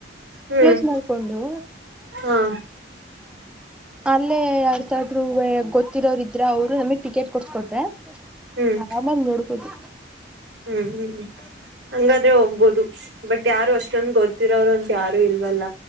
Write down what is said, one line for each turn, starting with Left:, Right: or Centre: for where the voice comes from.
Right: ಹ್ಮ್
Centre: ಕ್ಲೋಸ್ ಮಾಡ್ಕೊಂಡು
Right: ಹಾ
Centre: ಅಲ್ಲಿ ಯಾರದು ಆದರು ಗೊತ್ತು ಇರೋರು ಇದ್ದರೆ ಇದ್ದರೆ ಅವರು ನಮಗ್ ಟಿಕೆಟ್ ಕೊಡ್ಸ್ಕೊಕೊಟ್ಟರೆ
Right: ಹ್ಮ್
Centre: ಆರಾಮಾಗಿ ನೋಡ್ಬೋದು
Right: ಹ್ಮ್ ಹ್ಮ್ ಹಂಗಾದ್ರೆ ಹೋಗ್ಬೋದು ಬಟ್ ಯಾರು ಅಷ್ಟೊಂದ ಗೊತ್ತಿರೋರು ಅಂತ ಯಾರು ಇಲ್ವಲ್ಲ